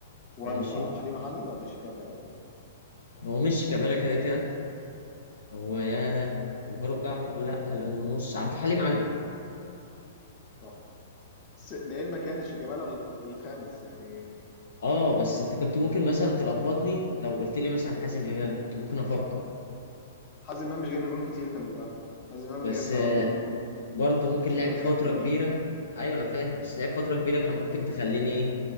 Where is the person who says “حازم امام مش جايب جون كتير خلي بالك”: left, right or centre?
Left